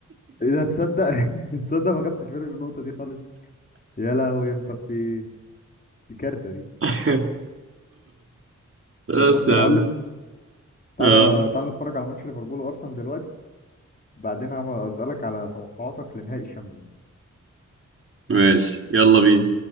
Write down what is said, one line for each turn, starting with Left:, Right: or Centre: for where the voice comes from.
Left: اذا تصدق <laughs> تصدق ما خدتش بالي من النقطة دي خالص يا لهوي يا مبابي دي كارثة دي
Right: <laughs> بس
Left: طب بص
Right: يا
Left: يا معلم
Right: عم
Left: تعالى
Right: اه
Left: تعالى نتفرج على ماتش ليفربول وارسنال دلوقتي بعدين هبقى اسالك على توقعاتك لنهائي الشامبيونز
Right: ماشي يلا بينا